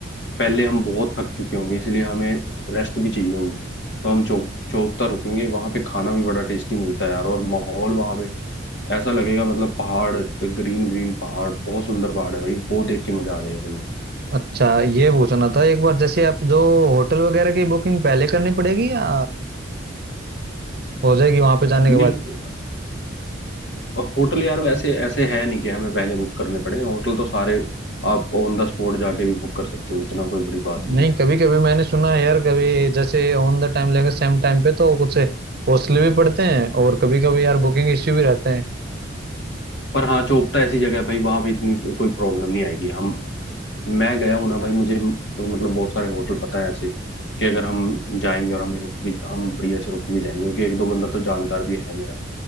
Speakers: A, on the left; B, on the right.
A: पहले हम बहुत थक चुके होंगे इसलिए हमें रेस्ट भी चाहिए होगी तो हम चौप चौपता रुकेंगे वहाँ पे खाना भी बड़ा टेस्टी मिलता है यार और माहौल वहाँ पे ऐसा लगेगा मतलब पहाड़ ग्रीन ग्रीन पहाड़ बहुत सुंदर पहाड़ है भाई वो देख के मजा आ जाएगा तुम्हें
B: अच्छा ये पूछना था एक बार जैसे आप जो होटल वगैरह की बुकिंग पहले करनी पड़ेगी या हो जाएगी वहां पे जाने के
A: नहीं
B: बाद
A: होटल यार वैसे ऐसे है नहीं कि हमें पहले बुक करने पड़े होटल तो सारे आप ऑन द स्पॉट जाके भी बुक कर सकते हो इतना कोई बड़ी बात नहीं
B: नहीं
A: है
B: कभी कभी मैंने सुना है यार कभी जैसे ऑन द टाइम लेंगे सेम टाइम पे तो कुछ कॉस्टली भी पड़ते हैं और कभी कभी यार बुकिंग इश्यू भी रहते हैं
A: पर हाँ चोपता ऐसी जगह है भाई वहां पे इतनी कोई प्रॉब्लम नहीं आएगी हम मैं गया हूँ ना भाई मुझे म- मतलब बहुत सारे होटल पता है ऐसे कि अगर हम जाएंगे और हमें रुक भी हम बढ़िया से रुक भी जाएंगे क्योंकि एक दो बंदा तो जानकार भी है मेरा